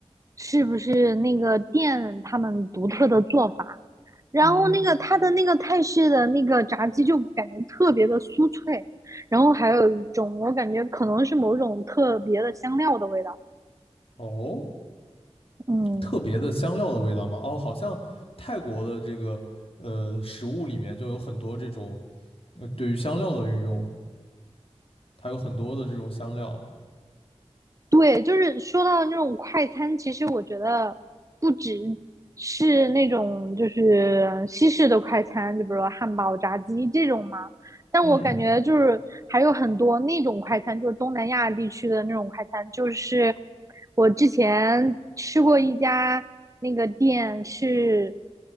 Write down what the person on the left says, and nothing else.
嗯，
哦，
特别的香料的味道吗？哦，好像泰国的这个呃食物里面就有很多这种呃对于香料的运用，它有很多的这种香料，
嗯